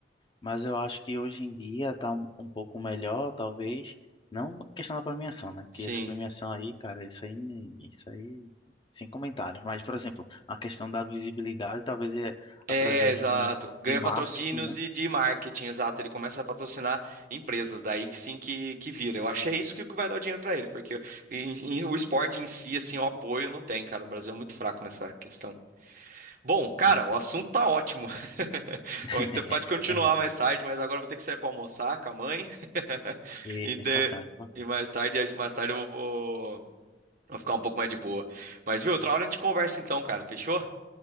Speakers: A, on the left; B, on the right.
A: mas eu acho que hoje em dia tá um, um pouco melhor, talvez. Não questão da premiação, né,
B: Sim.
A: que essa premiação aí, cara, isso aí, nem- isso aí, sem comentários. Mas, por exemplo, a questão da visibilidade, talvez é através
B: É, exato.
A: de,
B: Ganha
A: de marketing,
B: patrocínios
A: né?
B: e de marketing, exato. Ele começa a patrocinar empresas, daí que sim que, que vira. Eu acho que é isso que vai dar o dinheiro pra ele, porque em- em- o esporte em si, assim, o apoio não tem, cara. O Brasil é muito fraco nessa questão. Bom, cara,
A: É triste.
B: o assunto tá ótimo. <laughs>
A: <laughs>
B: A gente pode continuar
A: Verdade.
B: mais tarde, mas agora eu vou ter que sair pra almoçar com a mãe. <laughs>
A: Eita,
B: Então,
A: importante, importante.
B: E mais tarde, acho que mais tarde eu vou, vou ficar um pouco mais de boa. Mas viu, outra hora a gente conversa então, cara. Fechou?